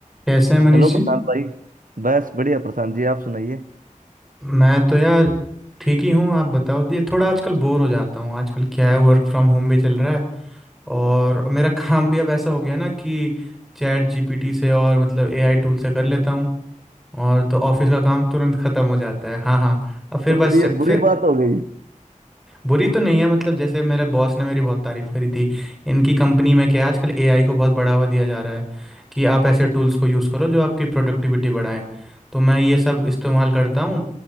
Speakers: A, in the centre; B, on the right (about 80°).
A: कैसे हैं मनीष
B: Hello
A: जी
B: Prashant भाई बस बढ़िया प्रशांत जी आप सुनाइए
A: मैं तो यार ठीक ही हूँ आप बताओ ये थोड़ा आजकल बोर हो जाता हूँ आजकल क्या है वर्क फ्रॉम होम भी चल रहा है और मेरा काम भी अब ऐसा हो गया ना कि चैट जीपीटी से और मतलब एआई टूल से कर लेता हूँ और तो ऑफिस का काम तुरंत ख़त्म हो जाता है हाँ हाँ अब फिर
B: मतलब
A: बस
B: ये
A: फिर
B: बुरी बात हो गई
A: बुरी तो नहीं है मतलब जैसे मेरे बॉस ने मेरी बहुत तारीफ करी थी इनकी कंपनी में क्या है आजकल एआई को बहुत बढ़ावा दिया जा रहा है कि आप ऐसे टूल्स को यूज़ करो जो आपकी प्रोडक्टिविटी बढ़ाएं तो मैं ये सब इस्तेमाल करता हूँ